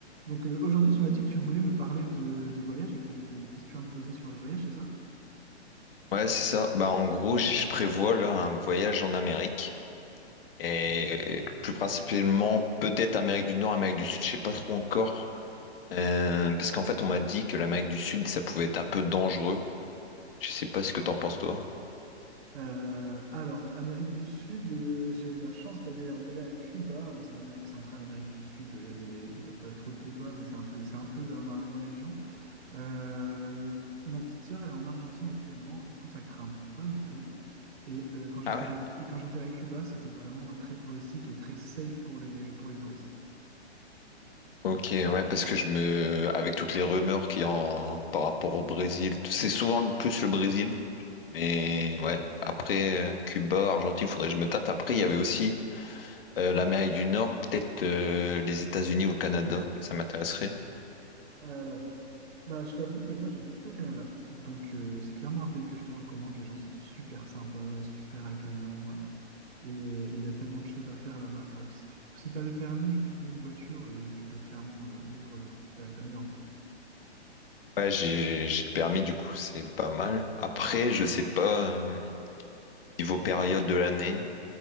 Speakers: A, on the right (about 60°); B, on the left (about 55°).
A: Donc euh, aujourd'hui, tu m'as dit que tu voulais me parler de, de voyage et que tu avais des questions à me poser sur le voyage, c'est ça?
B: Ouais, c'est ça. Bah, en gros, j- je prévois là un voyage en Amérique et
A: Mm.
B: euh, plus principalement peut-être Amérique du Nord, Amérique du Sud, je sais pas trop encore. Euh, parce qu'en fait, on m'a dit que l'Amérique du Sud, ça pouvait être un peu dangereux. Je sais pas ce que t'en penses toi.
A: Euh, alors, Amérique du Sud, euh, j'ai eu la chance d'aller à, d'aller à Cuba. Bon, c'est Amérique centrale, Amérique du Sud, il y a des, il y a pas trop de débats, mais c'est un peu, c'est un peu dans, dans la même région. Euh, ma petite sœur, elle est en Argentine actuellement. Écoute, ça craint pas du tout. Et euh, quand j'étais
B: Ah ouais?
A: à, et quand j'étais à Cuba, c'était vraiment euh, très touristique et très safe pour les, pour les touristes.
B: Ok, ouais, parce que je me, avec toutes les rumeurs qu'il y a en- par rapport au Brésil, c'est souvent le plus le Brésil. Mais ouais, après euh, Cuba, Argentine, faudrait que je me tâte. Après, il y avait aussi euh, l'Amérique du Nord, peut-être euh, les États-Unis ou le Canada, ça m'intéresserait.
A: Alors, bah, je t'avoue que moi j'ai vécu au Canada, donc euh, c'est clairement un pays que je te recommande. Les gens sont super sympas, super accueillants, euh, et euh, et il y a tellement de choses à faire là-bas, quoi. Si tu si t'as le permis et que tu te loues une voiture, euh, tu peux clairement euh, vivre euh, ta, ta meilleure vie.
B: Ouais, j'ai j'ai le permis, du coup, c'est pas mal. Après, je sais pas, euh, niveau période de l'année,